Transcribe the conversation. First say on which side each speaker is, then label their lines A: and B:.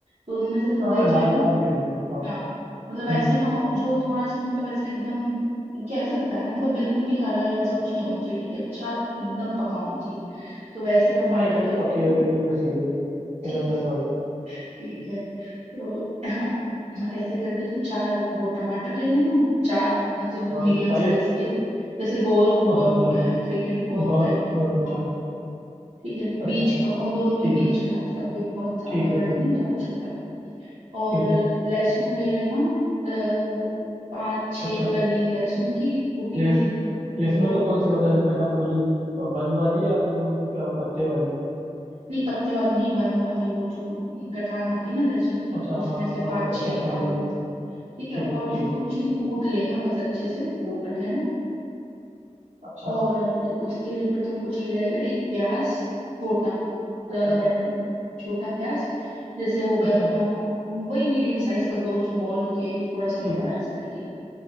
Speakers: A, on the right (about 60°); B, on the right (about 80°).
A: तो उनमें से तुम
B: हाँ
A: देख
B: हाँ लाल
A: लेना
B: लाल है एकदम हाँ
A: हाँ
B: हम्म,
A: मतलब ऐसे ना हो जो थोड़ा सा मतलब ऐसा एकदम कैसे बताया मतलब बिल्कुल भी हरा या ऐसा कुछ नहीं होना चाहिए ठीक है अच्छा एकदम पका होना चाहिए तो वैसे टमाटर
B: हाँ एकदम
A: ले लेना
B: पके हुए एकदम रसीले
A: ठीक
B: एकदम रस वाले
A: ठीक है तो <laughs> <clears throat> ऐसे करके तुम चार वो टमाटर ले लेना चार मतलब
B: और
A: मीडियम
B: साइज
A: साइज के जैसे गोल्फ बॉल
B: मतलब
A: हो गया या क्रिकेट बॉल
B: गौर
A: टाइप के
B: बहुत अच्छा
A: हाँ ठीक है
B: अच्छा
A: बीच का उन दोनों
B: ठीक
A: के बीच
B: है
A: का ऐसा कोई बहुत ज्यादा
B: ठीक है
A: बड़ा
B: ठीक
A: नहीं है ज्यादा छोटा भी नहीं और
B: ठीक है
A: लहसुन ले लेना अ, पाँच छह
B: अच्छा
A: कली लहसुन की कुटी
B: लेस
A: हुई मतलब
B: लहसुन
A: उसको
B: मतलब
A: वो
B: कौन
A: कर
B: सी होता है बिना पूरी अ, बंद वाली या फिर वो अ, पत्ते वाली
A: नहीं पत्ते वाली नहीं बंद वाली वो जो गठान आती है ना लहसुन की
B: अच्छा
A: उसमें
B: हाँ हाँ
A: से
B: हाँ,
A: पाँच छह
B: अच्छा
A: निकाल
B: समझ गया
A: लेना ठीक है
B: ठीक
A: और उसको
B: ठीक
A: कुछ नहीं कूट लेना बस अच्छे से वो कर लेना
B: अच्छा
A: और उसके लिए फिर तुमको चाहिए रहेगा एक प्याज छोटा ज्यादा
B: अच्छा
A: बड़ा नहीं छोटा प्याज जैसे हो गया
B: अच्छा
A: अपना वही मीडियम साइज का गोल बॉल के थोड़ा सा
B: ठीक
A: बड़ा
B: है
A: इस तरीके